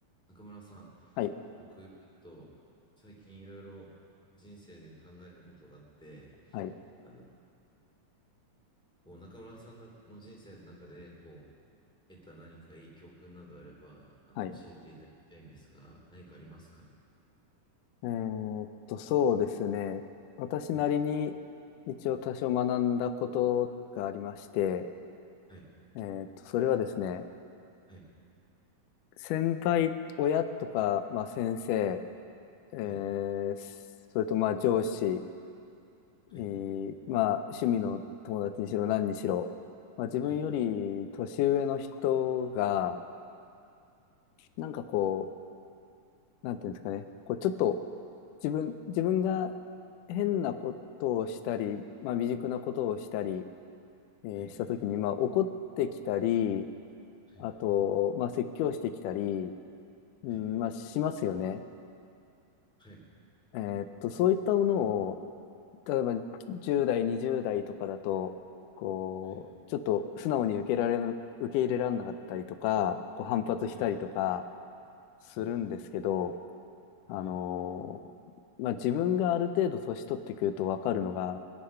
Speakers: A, in the centre; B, on the left.
A: 中村さん、
B: はい、
A: 僕、ちょっと最近いろいろ人生で考えることがあって、
B: はい、
A: あの、こう、中村さんの人生の中で、こう、得た何かいい教訓などあれば、あの、
B: はい。え
A: 教えていただきたいんですが、何かありますかね
B: ーっと、そうですね。私なりに一応多少学んだことがありまして、
A: はい、はい、
B: えーっと、それはですね、
A: はい、
B: 先輩、親とか、まあ、先生、えー
A: はい、
B: それとまあ上司、えーまあ、
A: はい、
B: 趣味の友達にしろ何にしろ、まあ、自分より年上の人が、
A: はい、
B: なんかこなんていうんですかね、こうちょっと自分、自分が変なことをしたり、まあ、未熟なことをしたり、えーしたときに、
A: はい、
B: まあ、怒ってきたり、
A: はい、
B: あと、まあ、説教してきたり、
A: はい、
B: うん、まあ、しますよね。
A: はい、
B: えーっと、そういったものを、例えば10代、20代とかだと、こう、
A: はい、
B: ちょっと素直に受けられな、受け入れられなかったりとか、こう反発したりとか
A: はい、はい、
B: するんですけど、
A: はい、
B: あのーまあ、
A: はい、
B: 自分がある程度年取ってくると分かるのが、